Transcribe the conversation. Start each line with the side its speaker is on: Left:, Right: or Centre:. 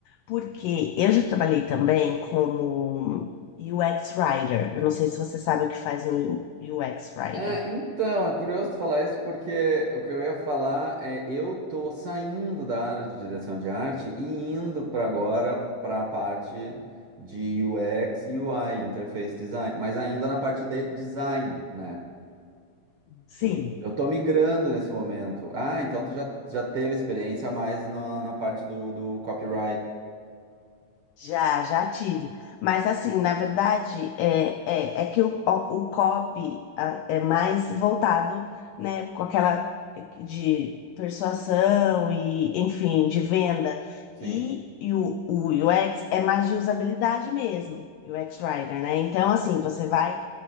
Left: porque eu já trabalhei também como UX Writer. Eu não sei se você sabe o que faz um UX Writer.
Right: Ah, então, é curioso tu falar isso porque o que eu ia falar é eu tô saindo da área de direção de arte e indo para agora para a parte de UX e UI, interface design, mas ainda na parte de design, né?
Left: Sim.
Right: Eu, eu tô migrando nesse momento. Ah, então tu já, já teve experiência mais na, na parte do, do copyright.
Left: Já, já tive. Mas assim, na verdade, é, é, é que o, o, o copy ah, é mais voltado, né, com aquela é, de persuasão e, enfim, de venda.
Right: Sim,
Left: E, e o, o UX é mais de usabilidade mesmo, UX Writer, né? Então, assim, você vai,